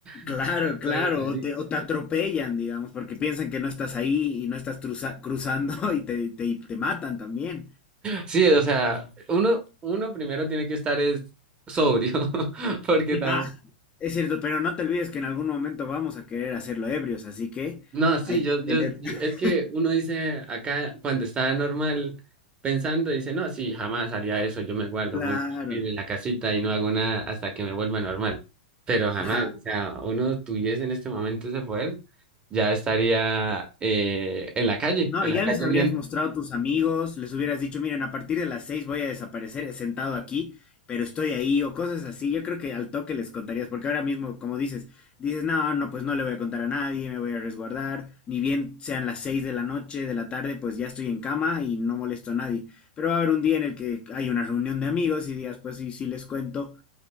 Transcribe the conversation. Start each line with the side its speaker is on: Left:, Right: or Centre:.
Right: <laughs>
Left: claro,
Right: y no puede
Left: claro,
Right: salir.
Left: o te, o te atropellan, digamos, porque piensan que no estás ahí y no estás truza- cruzando <laughs> y te, te, y te matan también.
Right: Sí, o sea, uno, uno primero tiene que estar es sobrio, <laughs> porque
Left: Sí,
Right: tam-
Left: Ah, es cierto, pero no te olvides que en algún momento vamos a querer hacerlo ebrios, así que
Right: No, sí,
Left: hay
Right: yo,
Left: que
Right: yo,
Left: tener,
Right: yo-
Left: <laughs>
Right: es que uno dice acá, cuando está normal pensando, dice, no, sí, jamás haría eso, yo me guardo
Left: claro,
Right: muy tranquilo en la casita y no hago nada hasta que me vuelva normal. Pero jamás,
Left: ajá,
Right: o sea, uno tuviese en este momento ese poder, ya estaría eh, en la calle,
Left: No,
Right: en
Left: ya
Right: la calle
Left: les habrías mostrado a tus amigos, les hubieras dicho, miren, a partir de las seis voy a desaparecer sentado aquí, pero estoy ahí, o cosas así. Yo creo que al toque les contarías, porque ahora mismo, como dices, dices, no, no, pues no le voy a contar a nadie, me voy a resguardar, ni bien sean las seis de la noche, de la tarde, pues ya estoy en cama y no molesto a nadie. Pero va a haber un día en el que hay una reunión de amigos y días, pues sí, sí les cuento,